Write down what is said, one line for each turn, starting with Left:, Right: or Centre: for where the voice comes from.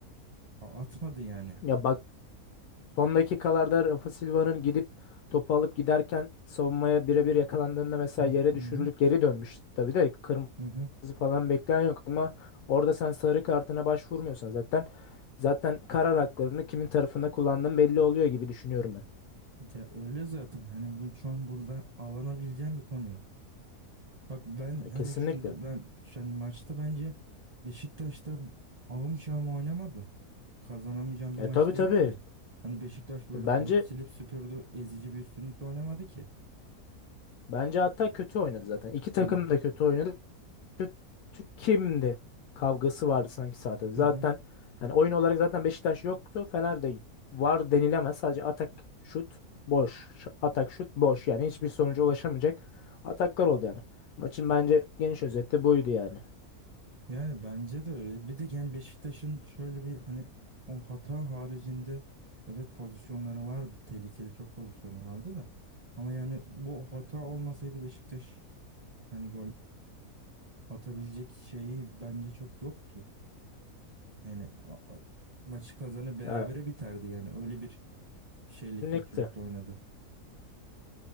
Right: A- atmadı yani.
Left: Ya bak son dakikalarda Rafa Silva'nın gidip topu alıp giderken savunmaya birebir yakalandığında mesela
Right: Hı
Left: yere
Right: hı
Left: düşürülüp geri dönmüş. Tabii de kırmızı
Right: hı. hı.
Left: falan bekleyen yok ama orada sen sarı kartına başvurmuyorsan zaten zaten karar haklarını kimin tarafında kullandığın belli oluyor gibi düşünüyorum ben.
Right: Ya öyle zaten. Hani bu şu an burada alanabileceğim bir konu yok. Bak ben
Left: Ya
Right: hani
Left: kesinlikle.
Right: şunda ben yani maçta bence Beşiktaş'ta ahım şahım oynamadı. Kazanamayacağım bir
Left: E
Right: maç
Left: tabii
Right: değildi.
Left: tabii.
Right: Hani Beşiktaş böyle
Left: Bence
Right: alıp silip süpürdü ezici bir üstünlükle oynamadı ki.
Left: bence hatta kötü oynadı zaten. İki takım
Right: Ben
Left: da kötü oynadı. kötü kimdi kavgası vardı sanki sahada. Zaten
Right: hı hı.
Left: yani oyun olarak zaten Beşiktaş yoktu. Fener de var denilemez. Sadece atak şut boş. Ş- Atak şut boş. Yani hiçbir sonuca ulaşamayacak ataklar oldu yani. Maçın bence geniş özeti buydu yani.
Right: Yani bence de öyle. Bir de yani Beşiktaş'ın şöyle bir hani o hata haricinde evet pozisyonları vardı. Tehlikeli çok pozisyonu vardı da. Ama yani bu hata olmasaydı Beşiktaş hani gol atabilecek şeyi bence çok yoktu. Yani a- a- maçı kazanı berabere
Left: Yani
Right: biterdi yani. Öyle bir şeyle
Left: kesinlikle.
Right: kötülükle oynadı.